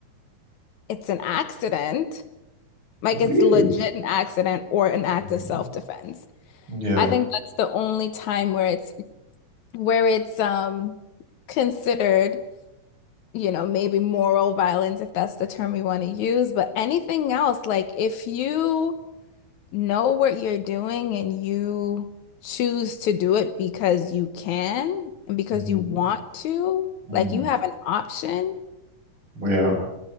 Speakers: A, on the left; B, on the right.
A: it's an accident, like
B: Really?
A: it's legit an accident or an act
B: Mhm.
A: of self-defense.
B: Yeah.
A: I think that's the only time where it's where it's um considered you know, maybe moral violence, if that's the term we want to use, but anything else, like if you know what you're doing and you choose to do it because you can and because
B: Mhm.
A: you want to,
B: Mm,
A: like you have an option,
B: Yeah.